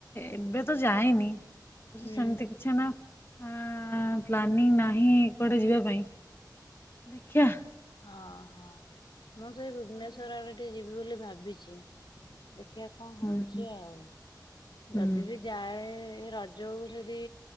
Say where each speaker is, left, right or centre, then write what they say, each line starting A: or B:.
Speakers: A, on the left (about 30°); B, on the left (about 75°).
A: ଏବେ ତ ଯାଇନି <unintelligible>
B: ହୁଁ।
A: ସେମିତି କିଛି ନା ଆ ପ୍ଲାନିଂ ନାହିଁ କୁଆଡେ ଯିବା ପାଇଁ ଦେଖିଆ।
B: ହଁ ହଁ ମୁଁ ସେଇ ଭୁବନେଶ୍ୱର
A: କୁଆଡେ
B: ଆଡେ ଟିକେ ଯିବି ବୋଲି ଭାବିଛି। ଦେଖିବା କଣ ହଉଛି
A: ହୁଁ
B: ଆଉ
A: ହୁଁ
B: ଯଦି ବି ଯାଏ ଜଉ ଯଦି